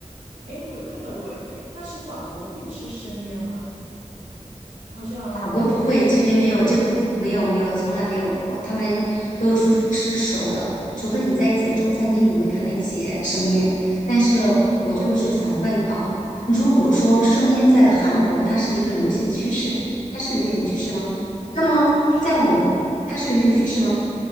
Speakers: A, on the right; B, on the left.
A: 哎，我有看到过哎，但是法国会吃生腌吗？我好像没有怎么听说过
B: 法国不会，这边没有这个，没有没有，从来没有过。他们都出吃熟的，除非你在一些中餐厅，你会看到一些生腌。但是我就是想问啊，如果说生腌在韩国它是一个流行趋势，它是流行趋势吗？那么在我们它是流行趋势吗？
A: 生腌。